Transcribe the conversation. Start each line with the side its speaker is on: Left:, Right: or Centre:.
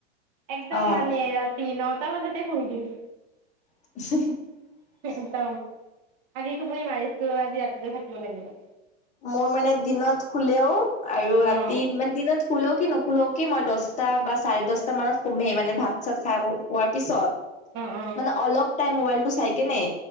Right: একদম
Left: অ'
Right: মানে ৰাতি নটা বজাতে শুই দিম।
Left: উ
Right: একদম আজি টোপুনি মাৰিছো আজি ৰাতিলৈ থাকিব লাগিব
Left: মোৰ মানে দিনত খোলেও আৰু ৰাতি
Right: অ
Left: মানে দিনত- শুলও কি নোশুও কি মই দহটা বা চাৰে দহটা মানত কমেই মানে ভাত চাত খাই খোৱাৰ পিছত
Right: অ অ
Left: মানে অলপ টাই মবাইলটো চাই কিনে।